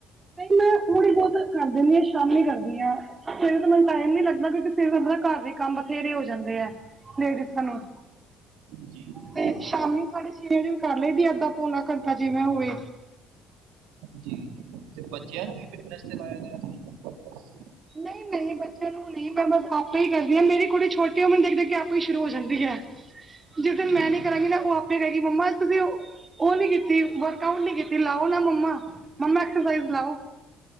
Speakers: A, on the right (about 30°); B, on the right (about 80°).
A: ਨਈ ਮੈਂ ਥੋੜ੍ਹੀ ਬੌਤ ਕਰ ਦਿੰਨੀ ਆ ਸ਼ਾਮੀ ਕਰਦੀ ਆਂ। ਸਵੇਰੇ ਤਾਂ ਮੈਨੂੰ ਟਾਈਮ ਨੀ ਲੱਗਦਾ ਕਿਓਂਕਿ ਸਵੇਰੇ ਤਾਂ ਆਪਨੇ ਘਰ ਵੀ ਕੰਮ ਬਥੇਰੇ ਹੋ ਜਾਂਦੇ ਆ ਲੇਡੀਸਾਂ ਨੂੰ।
B: ਜੀ ਜੀ
A: ਤੇ ਸ਼ਾਮੀ ਸਾਢੇ ਛੇ ਵਜੇ ਵੀ ਕਰ ਲਈਦੀ ਐ ਅੱਧਾ ਪੌਨਾ ਘੰਟਾ ਜਿਵੇਂ ਹੋਵੇ।
B: ਜੀ-ਜੀ ਮੈ ਤੇ ਬੱਚਿਆਂ ਨੂੰ ਵੀ ਫਿਟਨਸ ਤੇ ਲਾਏਆ ਹੋਏਆ ਤੁਸੀਂ।
A: ਨਈ-ਨਈ ਬੱ ਨੂੰ ਨੀ ਮੈਂ ਬਸ ਆਪੇ ਈ ਕਰਦੀ ਆਂ ਮੇਰੀ ਕੁੜੀ ਛੋਟੀ ਐ ਓ ਮੈਨੂੰ ਦੇਖ-ਦੇਖ ਕੇ ਆਪੇ ਈ ਸ਼ੁਰੂ ਹੋ ਜਾਂਦੀ ਐ। ਜਿਸ ਦਿਨ
B: ਠੀਕ
A: ਮੈਂ ਨੀ
B: ਹੈ
A: ਕਰਾਂਗੀ ਨਾ ਓ ਆਪੇ ਕਹੇਗੀ ਮੰਮਾ ਤੁਸੀਂ ਉ ਓ ਨੀ ਕੀਤੀ ਵਰਕ ਆਊਟ ਨੀ ਕੀਤੀ ਲਾਓ ਨਾ ਮੰਮਾ, ਮੰਮਾ ਐਕਸਰਸਾਈਜ਼ ਲਾਓ।